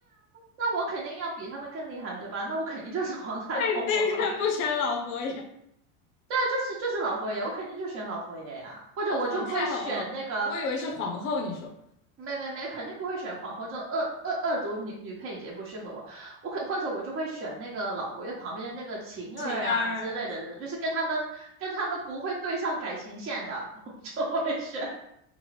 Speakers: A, on the right; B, on the left.
A: 那我肯定要比他们更厉害，对吧？那我肯定就是 <laughs> 皇太后啊！
B: 那个不选老佛爷。
A: 对啊就是就是老佛爷，我肯定就选老佛爷呀，或者我就会选那个，
B: 哦，皇太后啊，哦我以为是皇后。你说
A: 没没没，肯定不会选皇后，这种恶恶恶毒女女配角不适合我。我可或者我就会选那个老佛爷旁边的那个晴儿呀之类的，
B: 晴儿，
A: 就是跟他们跟他们不会对上感情线的，<laughs> 我就会选。